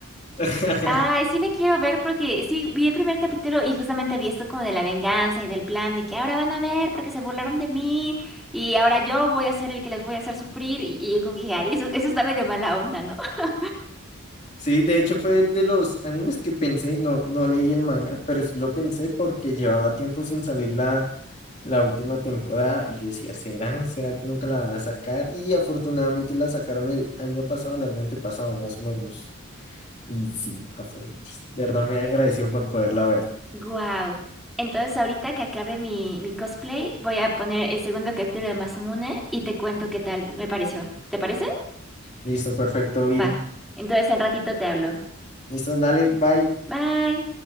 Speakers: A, on the left (about 35°); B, in the centre.
A: <laughs>
B: Ay, sí la quiero ver porque sí, vi el primer capítulo y justamente vi esto como de la venganza y del plan de que ahora van a ver porque se burlaron de mí y ahora yo voy a ser el que les voy a hacer sufrir y, y yo como que dije, ay, eso, eso está medio mala onda, ¿no? <laughs>
A: Sí, de hecho fue de los animes que pensé, no, no leí el manga, pero sí lo pensé porque llevaba tiempo sin salir la, la última temporada y yo decía, ¿será? ¿Será que nunca la van a sacar? Y afortunadamente la sacaron el año pasado, el año antepasado más o menos. Y sí, afor- de verdad me agradecido por poderla ver.
B: Wow. Entonces ahorita que acabe mi, mi cosplay, voy a poner el segundo capítulo de Masamune y te cuento qué tal me pareció. ¿Te parece?
A: Listo, perfecto, Viri.
B: Va, entonces al ratito te hablo.
A: Listo, dale, bye.
B: Bye.